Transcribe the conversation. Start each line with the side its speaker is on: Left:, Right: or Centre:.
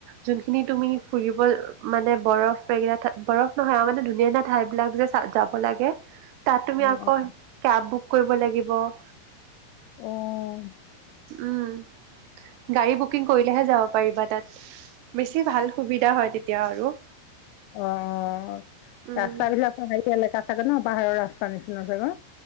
Right: যোনখিনি তুমি ফুৰিব অ মানে বৰফ বেগেৰা ঠাই বৰফ নহয় আৰু মানে ধুনীয়া ধুনীয়া ঠাই বিলাক যে চা যাব লাগে। তাত তুমি
Left: অঁ
Right: আকৌ কেব বুক কৰিব লাগিব। ব'হ
Left: অ অ অ। <inaudible>
Right: উম গাড়ী বুকিং কৰিলেহে যাব পাৰিবা তাত উমস বেছি ভাল সুবিধা হয় তেতিয়া আৰু
Left: অ অ অ অ
Right: উম,
Left: ৰাস্তা বিলাকো হেৰি এলেকা চাগে ন। পাহাৰিয়া ৰাস্তাৰ নিচিনা জাগা।